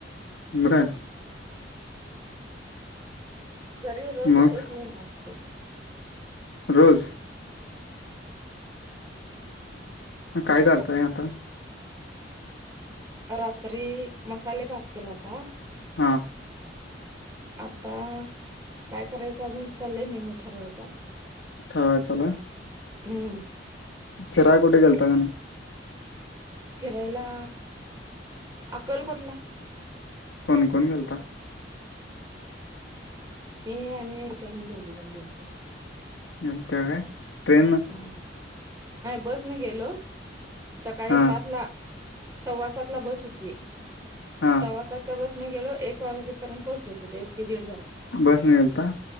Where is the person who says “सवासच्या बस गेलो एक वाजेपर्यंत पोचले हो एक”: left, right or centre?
Right